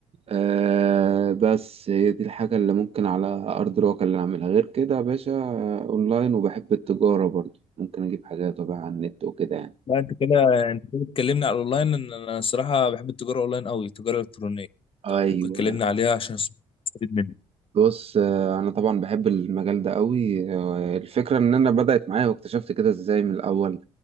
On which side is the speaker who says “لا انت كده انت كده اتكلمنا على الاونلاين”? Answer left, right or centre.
Left